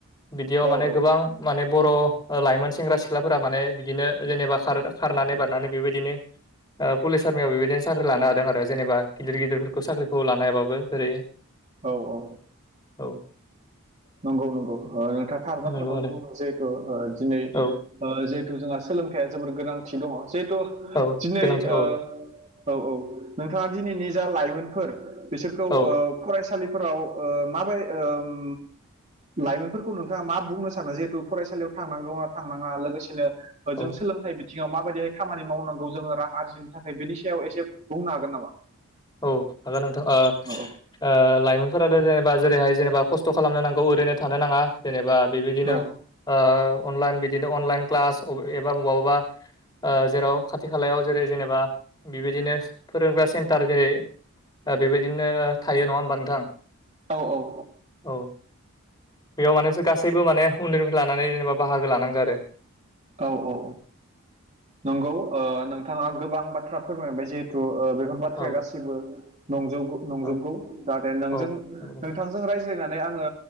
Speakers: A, on the left; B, on the right.
A: बिदियाव
B: औ
A: माने
B: औ
A: गोबां माने बर' लाइमोन सेंग्रा सिख्लाफोरा माने बिदिनो जेनेबा खारनानै बारनानै बेबायदिनो ओ पुलिस आरमियाव बेबायदिनो साख्रि लानो हादों आरो जेनबा गिदिर गिदिरफोरखौ साख्रिखौ लानो हायाबाबो जेरै
B: औ औ
A: औ
B: नंगौ नंगौ नोंथाङा थार बाथ्राखौनो
A: नंगौ आरो
B: बुङो जिहेथु ओ दिनै ओ
A: औ
B: जिहेथु जोंहा सोलोंथाइया जोबोर गोनांथि दङ जिहेथु
A: औ
B: दिनै
A: गोनांथि
B: ओ औ औ नोंथाङा दिनैनि जा लाइमोनफोर बिसोरखौ
A: औ
B: ओ फरायसालिफोराव ओ माबाय ओम लाइमोनफोरखौ नोंथाङा मा बुंनो सानो जिहेथु फरायसालियाव थांनांगौना थांनाङा लोगोसेनो ओ
A: औ
B: जों सोलोंथाइ बि थिङाव माबायदिहाय खामानि मावनांगौ जोङो रां आरजिनो थाखाय बेनि सायाव एसे बुंनो हागोन नामा?
A: औ हागोल नोंथां ओ
B: औ
A: ओ लाइमोनफोराथ' जेनेबा जेरैहाय जेनेबा खस्थ' खालामनो नांगौ ओरैनो थानो नाङा जेनेबा बेबायदिनो
B: औ
A: ओ अनलाइन बिदिनो अनलाइन क्लास एबा मबाबा ओ जेराव खाथि खालायाव जेरै जेनेबा बेबायदिनो फोरोंग्रा सेन न्टार जेरै ओ बेबायदिनो थायो नङा ओमबा नोंथां
B: औ औ
A: औ बेयाव मानेसो गासैबो माने उन्दैनिफ्राय लानानै जेनेबा बाहागो लानांगौ आरो।
B: औ औ नंगौ नोंथाङा गोबां बाथ्रा फोरमायबाय जिहेथु बेखौ बाथ्राया
A: औ
B: गासिबो नंजोबगौ
A: औ
B: जाहाथे नों
A: औ नंगौ नोंथां।
B: नोंथांजों रायज्ला नानै आङो